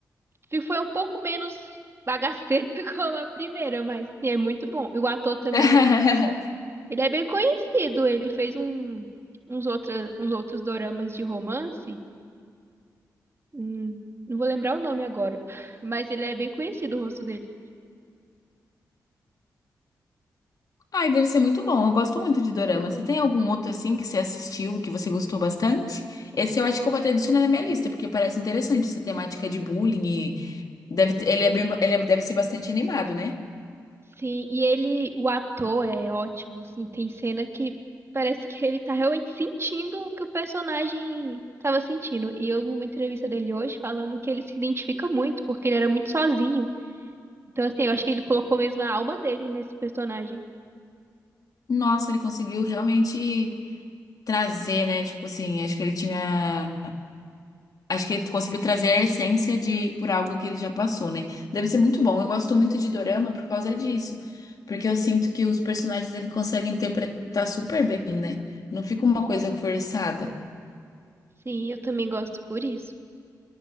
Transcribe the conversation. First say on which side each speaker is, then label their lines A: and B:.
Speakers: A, on the right; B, on the left.
A: Fi- Foi um pouco menos bagaceiro <laughs> como a primeira, mas assim, é muito bom. E o ator também
B: <laughs>
A: é. Ele é bem conhecido, ele fez um, uns, outras, uns outros doramas de romance. Hum, não vou lembrar o nome agora, <laughs> mas ele é bem conhecido, o rosto dele.
B: Ai, deve ser muito bom. Eu gosto muito de dorama. Você tem algum outro assim que você assistiu e que você gostou bastante? Esse eu acho que eu vou até adicionar na minha lista, porque parece interessante essa temática de bullying e deve, ter- ele é bem- ele é- deve ser bastante animado, né?
A: Sim, e ele, o ator é ótimo, assim, tem cena que parece que ele tá realmente sentindo o que o personagem tava sentindo. E eu vi uma entrevista dele hoje falando que ele se identifica muito, porque ele era muito sozinho. Então, assim, eu acho que ele colocou mesmo a alma dele nesse personagem.
B: Nossa, ele conseguiu realmente trazer, né? Tipo assim, acho que ele tinha Acho que ele conseguiu trazer a essência de por algo que ele já passou, né? Deve ser muito bom. Eu gosto muito de dorama por causa disso, porque eu sinto que os personagens ele consegue interpretar super bem, né? Não fica uma coisa forçada.
A: Sim, eu também gosto por isso.